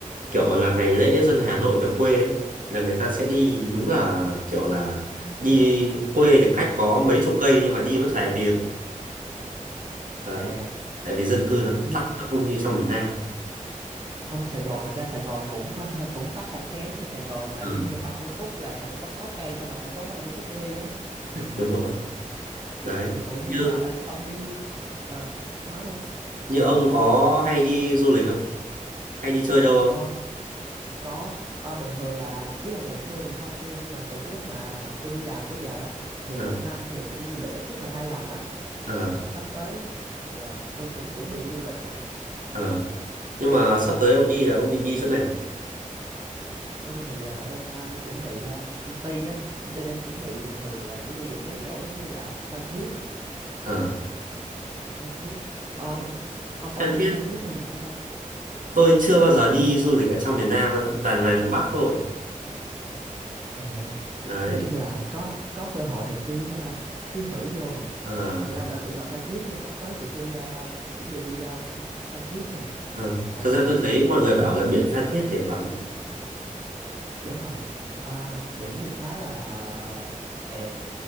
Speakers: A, on the right; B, on the right.
A: kiểu là ngày lễ dân Hà Nội về quê ấy, là người ta sẽ đi đúng là kiểu là đi quê thì cách có mấy chục cây nhưng mà đi mất vài tiếng đấy
B: à.
A: tại vì dân cư nó
B: nhưng
A: tắc nó không như trong miền Nam
B: không Sài Gòn thật ra Sài Gòn cũng <laughs> cũng tắc không kém nha Sài Gòn là
A: ừ,
B: đi 30 phút là thật ra có 6 cây thôi mà phải tốn 30 phút để đi á
A: đúng rồi đấy
B: Nh- ủa nhưng
A: như
B: mà ông đi ờ ông nói đi
A: như ông có hay đi du lịch không hay đi chơi đâu
B: ờ
A: không
B: có ờ, bình thường là ý là ngày xưa thì không nha nhưng mà từ cái lúc mà tôi đi làm tới giờ á thì
A: ờ
B: một năm thì tôi đi du lịch ít nhất là hai lần á
A: ờ
B: Là sắp tới thì ờ, tôi cũng chuẩn bị đi du lịch nè
A: ờ. Nhưng mà sắp tới ông đi là ông định đi chỗ nào?
B: tôi thì ờ, đang ờ, chuẩn bị ờ, công ty á công ty đang chuẩn bị bình thường là chỉ đi được mấy chỗ giống như là Phan Thiết
A: Ờ,
B: Phan Thiết Ờ, ông
A: Phan
B: ông ông
A: Thiết.
B: đi Phan Thiết bao giờ chưa ta
A: Tôi chưa bao giờ đi du lịch ở trong miền Nam, á, toàn ngoài miền Bắc thôi.
B: Ờ,
A: Đấy.
B: nói chung là có có cơ hội thì cứ à, cứ thử vô miền
A: Ờ,
B: miền Nam mà đặc biệt là Phan Thiết nha sắp tới tụi tôi à, chuẩn bị đi à, Phan Thiết nè
A: ờ.
B: mà
A: Thật ra tôi thấy mọi người bảo là biển Phan Thiết đẹp lắm.
B: đúng rồi À, biển thì khá là đẹp